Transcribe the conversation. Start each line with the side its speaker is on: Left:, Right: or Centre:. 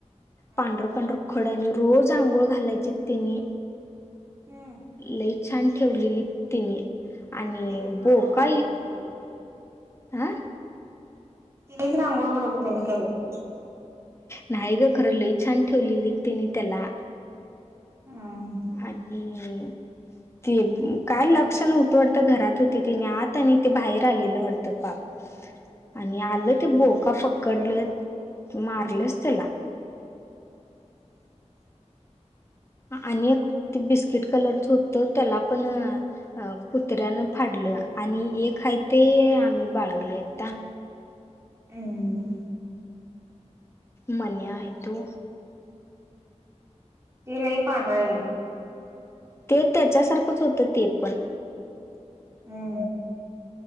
Right: हम्म
Left: पांढरं पांढरं खड्याने रोज आंघोळ घालायचे त्यांनी.
Right: हम्म.
Left: लई छान ठेवलेली तिने आणि
Right: तिनेच रांगोळ
Left: बोका ही
Right: <unintelligible>
Left: हां
Right: तिने म्हणे आंगोळ करतो त्यांनी मी काय. <unintelligible>
Left: नाही गं खरं लई छान ठेवलेली तिने त्याला.
Right: हम्म
Left: आलीय ती काय लक्ष नव्हतं वाटतं घरात होती तिने आत आणि ते बाहेर आलेलं वाटतं पाप आणि आलं ते बोका पकडलं मारलंच त्याला. आणि एक ते बिस्किट कलरचं होतं त्याला पण अ कुत्र्यानं फाडलं आणि एक हाय ते आम्ही बाळगले आता.
Right: हम्म
Left: मन्या आहे तो.
Right: ते लई <unintelligible> हाय.
Left: ते त्याच्यासारखंच होतं ते पण.
Right: हम्म.